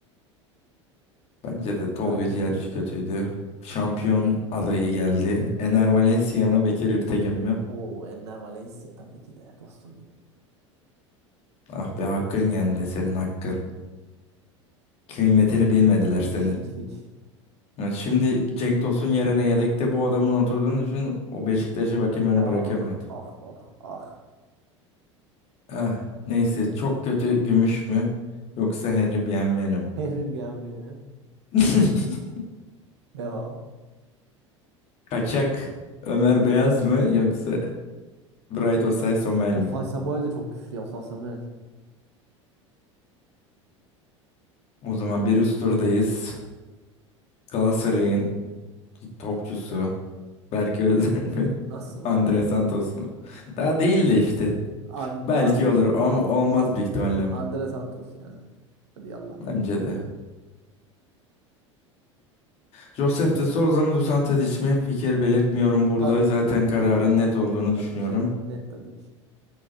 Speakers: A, on the left (about 40°); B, on the right (about 60°).
A: Bence de Tolga
B: Berke
A: Ciğerci
B: üzer.
A: kötüydü. Şampiyon adayı geldi. Ener Valencia mı Bekir İrtegün mü?
B: Oo Enner Valencia tabii ki de dostum benim.
A: Ah be hakkın yendi senin hakkın. Kıymetini bilmediler senin.
B: Hiç hiç hiç.
A: Ya şimdi Cenk Tosun yerine yedekte bu adamın oturduğunu düşün. O Beşiktaş'ı bakayım öyle
B: Ah
A: bırakamıyordu.
B: ah ah ah.
A: Ah, neyse çok kötü Gümüş mü? Yoksa Henry Bienvenu mu?
B: Her bir an veriyor.
A: <laughs>
B: Devam.
A: Kaçak Ömer Beyaz mı yoksa Bright Osay Somel
B: Osay
A: mi?
B: Samuel de çok güçlü ya. Osay Samuel.
A: O zaman bir üst turdayız. Galatasaray'ın topçusu Berke Özer mi? <laughs>
B: Nasıl oldu
A: Andre
B: ya?
A: Santos mu? Daha değil de işte.
B: An,
A: Belki
B: an,
A: olur ama
B: an,
A: olmaz
B: an,
A: büyük ihtimalle ama.
B: Andre Santos ya. Hadi Allah ben.
A: Bence de. Josef de Souza mı Dusan Tadic mi? Fikir belirtmiyorum burada.
B: Tadiç.
A: Zaten kararın net olduğunu
B: Tadiç
A: düşünüyorum.
B: ya. Net Tadiç.